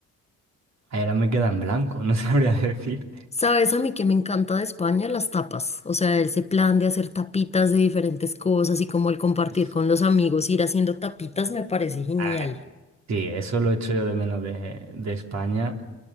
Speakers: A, on the right; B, on the left.
A: ahora me queda en blanco, no <laughs> sabría decirte.
B: Sabes a mí que me encanta de España las tapas, o sea, ese plan de hacer tapitas de diferentes cosas y como el compartir
A: Es-
B: con los amigos, ir haciendo tapitas me parece genial.
A: Ay, sí, eso lo echo yo de menos de, de España